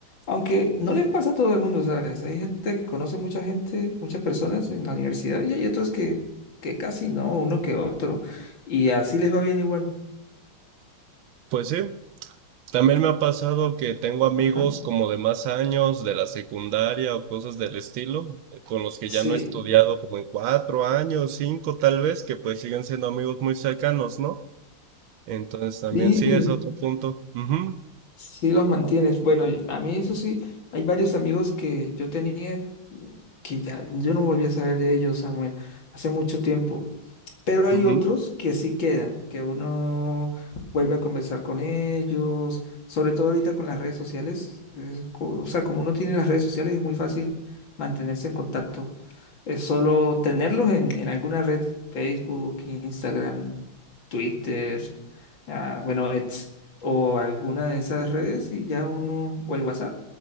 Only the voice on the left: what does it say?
Aunque no le pasa a todo el mundo, ¿sabes? Hay gente que conoce mucha gente, muchas personas en la universidad y hay otros que, que casi no, uno que otro. Y así les va bien igual.
Yo-
Ajá.
Sí.
Sí.
Sí los mantienes. Bueno, y a mí eso sí, hay varios amigos que yo tenía que ya yo no volví a saber de ellos, Samuel, hace mucho tiempo. Pero hay
otros que sí quedan, que uno vuelve a conversar con ellos, sobre todo ahorita con las redes sociales. es co- o sea, como uno tiene las redes sociales, es muy fácil mantenerse en contacto. Es solo tenerlos en, en alguna red, Facebook, Instagram, Twitter, ah, bueno, X, o alguna de esas redes y ya uno, o el WhatsApp,